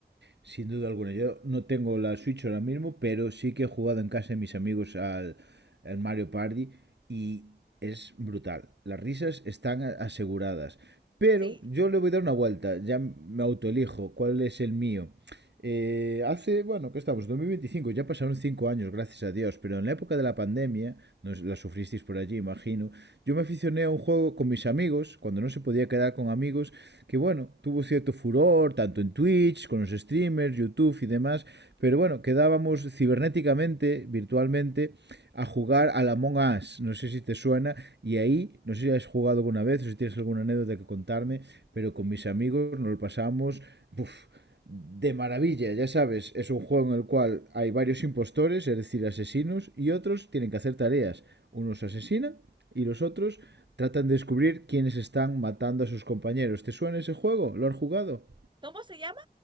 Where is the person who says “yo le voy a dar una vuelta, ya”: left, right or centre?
Right